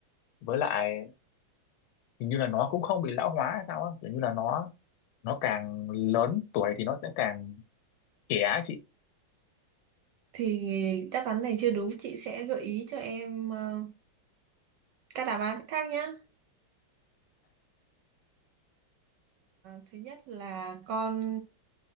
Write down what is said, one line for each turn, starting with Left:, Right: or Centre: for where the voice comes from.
Left: với lại hình như là nó cũng không bị lão hóa hay sao á kiểu như là nó nó càng lớn tuổi thì nó sẽ càng trẻ á chị
Right: thì đáp án này chưa đúng, chị sẽ gợi ý cho em ờ, các đáp án khác nhé. thứ nhất là con